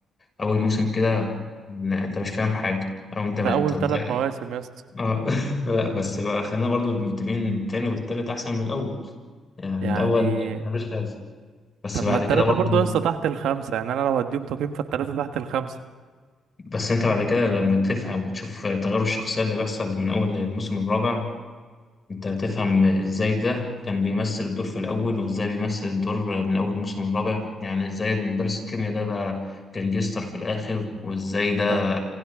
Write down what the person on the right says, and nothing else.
ده اول ثلاث
مواسم يا اسطى
يعني
طب
ما التلاتة
برضه يا اسطى تحت الخمسة يعني أنا لو هديهم تقييم فالتلاتة تحت الخمسة
طب